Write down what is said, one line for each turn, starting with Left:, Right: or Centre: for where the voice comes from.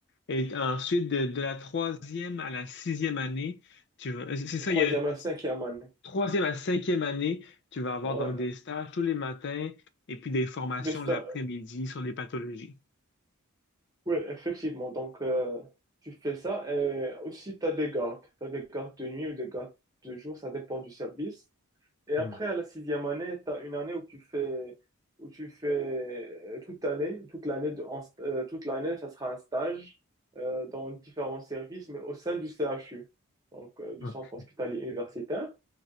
Left: Et ensuite, de, de la troisième à la sixième année, tu vas, euh, c'est ça,
Right: Troisième
Left: il y a
Right: à la cinquième année.
Left: troisième à cinquième année, tu vas avoir
Right: Ouais.
Left: donc des stages tous les matins et puis des formations
Right: Des sta-
Left: l'après-midi sur les pathologies.
Right: ouais, effectivement. Donc, euh, tu fais ça. Et aussi, tu as des gardes. Tu as des gardes de nuit ou des gardes de jour. Ça dépend du service. Et
Left: Hmm.
Right: après, à la sixième année, tu as une année où tu fais, où tu fais euh, toute l'année. Toute l'année, de, en- euh, toute l'année, ça sera un stage euh, dans différents services, mais au sein du CHU, donc euh, du
Left: OK.
Right: centre hospitalier universitaire.